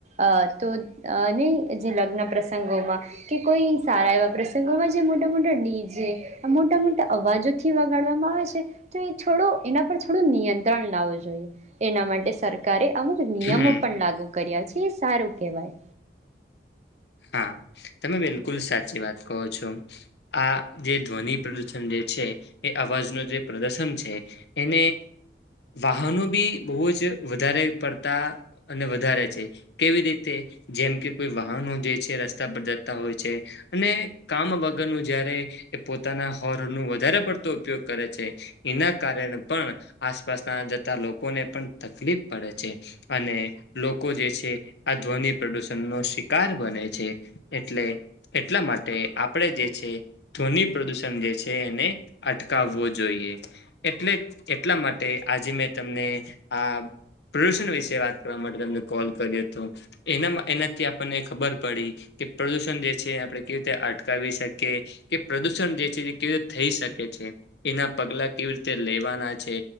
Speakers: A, on the right; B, on the left.
A: અહ તો અહ નહીં જે લગ્ન પ્રસંગોમાં કે કોઈ સારા એવા પ્રસંગોમાં જે મોટા મોટા ડી જેે, મોટા મોટા અવાજોથી વગાડવામાં આવે છે તો એ છોડો એના પર થોડો નિયંત્રણ લાવવું જોઈએ. એના માટે સરકારે અમુક નિયમો
B: હમ,
A: પણ લાગુ કર્યા છે એ સારું કેવાય.
B: હા તમે બિલકુલ સાચી વાત કહો છો. આ જે ધ્વનિ પ્રદૂષણ જે છે એ અવાજનું જે પ્રદર્શન છે એને વાહનો બી બહુ જ વધારે પડતા અને વધારે છે, કેવી રીતે જેમ કે કોઈ વાહન હો. છે જે રસ્તા પર જતા હોય છે. અને કામ વગરનું જ્યારે એ પોતાના હોર્નનું વધારે પડતો ઉપયોગ કરે છે. એના કારણે પણ આસપાસના જતા લોકોને પણ તકલીફ પડે છે અને લોકો જે છે આ ધ્વનિ પ્રદૂષણનો શિકાર બને છે. છે. એટલે, એટલા માટે આપણેે જે છે. ધ્વનિ પ્રદુષણ જે છે. એ એને અટકાવવો જોઈએ, એટલે એટલા માટે આજે મેં તમને આ પ્રદૂષણ વિશે વાત કરવા માટે તમને કોલ કર્યો હતો, એના એનાથી આપણને ખબર. પડી તે પ્રદૂષણ જે છે, આપણે કેવી રીતે અટકાવી શકીએ, કે પ્રદૂષણ જે છે એ કેવી રીતે થઈ શકે છે, એના પગલા કેવી રીતે લેવાના છે